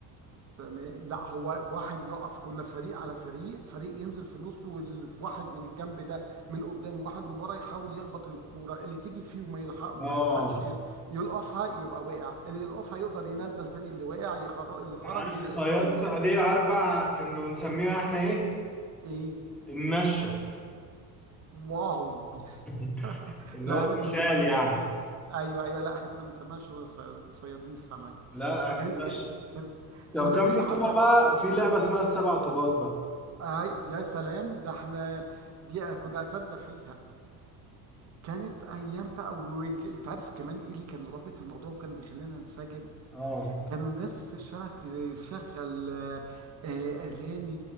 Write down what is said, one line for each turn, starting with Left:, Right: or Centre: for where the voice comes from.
Right: تمام لا هو واحد يقف كنا فريق على فريق فريق ينزل في النص واللي في واحد من الجنب ده من قدام وواحد من ورا يحاول يخبط الكوره اللي تيجي فيه وما يلحق ما
Centre: اه
Right: يلحقش يل- يلقفها يبقى واقع اللي يلقفها يقدر ينزل تاني اللي واقع يخر... اللي خرج
Centre: عارف-
Right: يقدر
Centre: صياد
Right: ينزله
Centre: صيادية عارف بقى كنا بنسميها احنا ايه
Right: ايه
Centre: النشة
Right: واو <laughs>
Centre: <laughs> اللي
Right: لا
Centre: هو
Right: احنا كنا
Centre: المثال
Right: بنسميها
Centre: يعني
Right: في الش... ايوه ايوه لا احنا كنا بنسميها شغل صياد- صيادين السمك
Centre: لا
Right: فكانت
Centre: احنا النشة
Right: ج... كانت
Centre: طب
Right: كنا
Centre: كان
Right: نلعبها
Centre: في طوبة بقى في لعبة اسمها السبع طوبات بقى
Right: اي يا سلام ده احنا دي كنا اساتذه فيها كانت ايام بقى وج... انت عارف كمان ايه اللي كان رابط الموضوع وكان بيخلينا ننسجم
Centre: اه
Right: كانوا الناس في الشارع تشغل آه، آه، اغاني